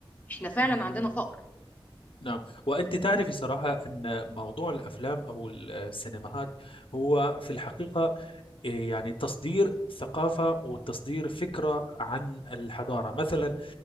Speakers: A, on the left (about 15°); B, on the left (about 65°).
A: احنا فعلا
B: الحالي
A: عندنا فقر
B: نعم وأنت تعرفي صراحة أن موضوع الأفلام أو السينماهات هو في الحقيقة إيه يعني تصدير ثقافة وتصدير فكرة عن الحضارة مثلا